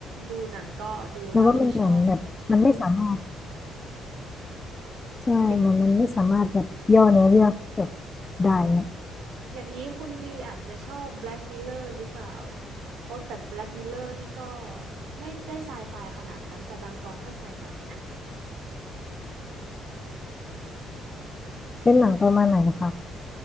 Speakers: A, on the right (about 75°); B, on the left (about 15°).
A: ดูหนังก็ดูเท่าที่ชอบ
B: แต่ว่ามันเหมือนแบบมันไม่สามารถใช่มันมันไม่สามารถแบบย่อเนื้อเรื่องจบ
A: อย่าง
B: ได้เนี่ย
A: อย่างนี้คุณบีอาจจะชอบ Black Mirror หรือเปล่า โอ้แต่ Black Mirror นี่ก็ไม่ได้ไซไฟขนาดนั้นแต่บางตอนก็ไซไฟนะ
B: เป็นหนังประมาณไหนนะคะ